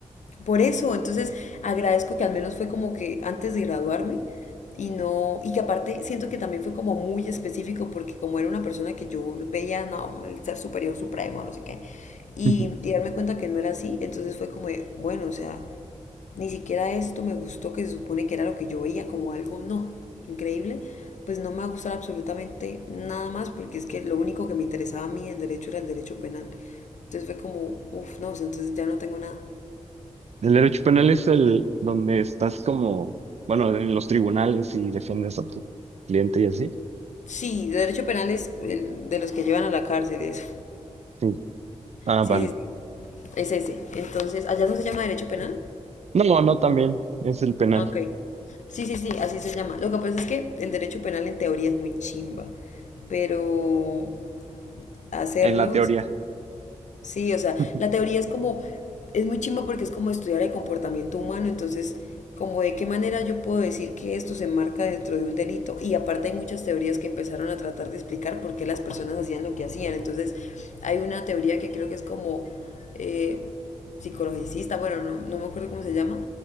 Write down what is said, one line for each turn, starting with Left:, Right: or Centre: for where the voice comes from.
Left: Por eso, entonces agradezco que al menos fue como que antes de graduarme y no, y que aparte siento que también fue como muy específico porque como era una persona que yo veía, no, el ser superior supremo, no sé qué, y,
Right: <laughs>
Left: y darme cuenta que no era así, entonces fue como de, bueno, o sea, ni siquiera esto me gustó, que se supone que era lo que yo veía como algo, no, increíble, pues no me va a gustar absolutamente nada más porque es que lo único que me interesaba a mí del derecho era el derecho penal. Entonces fue como, uff, no, o sea, entonces ya no tengo nada.
Right: El derecho penal es el donde estás como, bueno, en los tribunales y defiendes a tu cliente y así.
Left: Sí, derecho penal es el de los que llevan a la cárcel y eso.
Right: Sí. Ah,
Left: Sí,
Right: vale.
Left: sí, sí. Es ese. Entonces, ¿allá no se llama derecho penal?
Right: No, no, también es el penal,
Left: Ah, Ok. Sí, sí, sí, así se llama. Lo que pasa es que el derecho penal en teoría es muy chimba, pero hacerlo
Right: en la teoría.
Left: es Sí, o sea,
Right: <laughs>
Left: la teoría es como, es muy chimba porque es como estudiar el comportamiento humano, entonces, como de qué manera yo puedo decir que esto se enmarca dentro de un delito. Y aparte hay muchas teorías que empezaron a tratar de explicar por qué las personas hacían lo que hacían. Entonces, hay una teoría que creo que es como eh, psicologicista, bueno, no, no me acuerdo cómo se llama,